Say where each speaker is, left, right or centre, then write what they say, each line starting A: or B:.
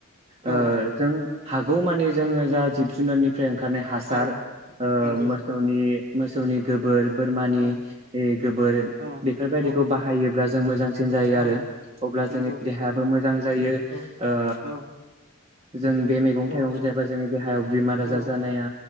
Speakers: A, on the right; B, on the right.
A: औ
B: ओ जों हागौ मानि जोङो जा जिब जुनारनिफ्राय ओंखारनाय हासार
A: औ
B: ओ
A: नंगौ
B: मोसौनि मोसौनि गोबोर बोरमानि
A: औ
B: इह गोबोर
A: औ
B: बेफोरबायदिखौ
A: औ
B: बाहायोब्ला जों मोजां सिन जायो
A: औ
B: आरो अब्ला
A: नंगौ
B: जोंनि देहायाबो मोजां जायो
A: औ
B: ओ
A: औ
B: जों बे मैगं
A: औ
B: थाइगंखौ जायोबा जोंनि देहायाव बिमार आजार
A: औ
B: जानाया